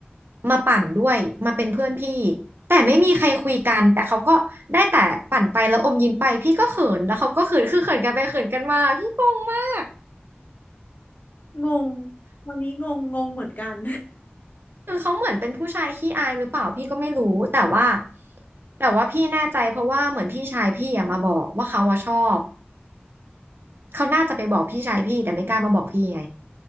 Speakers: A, on the right (about 65°); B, on the left (about 50°).
A: มาปั่นด้วยมาเป็นเพื่อนพี่แต่ไม่มีใครคุยกันแต่เขาก็ได้แต่ปั่นไปแล้วอมยิ้มไปพี่ก็เขินแล้วเขาก็เขินคือเขินกันไปเขินกันมาพี่งงมาก
B: งงวันนี้งงงงเหมือนกัน
A: คือเขาเหมือนเป็นผู้ชายขี้อายหรือเปล่าพี่ก็ไม่รู้แต่ว่าแต่ว่าพี่แน่ใจเพราะว่าเหมือนพี่ชายพี่อะมาบอกว่าเขาอะชอบเขาน่าจะไปบอกพี่ชายพี่แต่ไม่กล้ามาบอกพี่ไง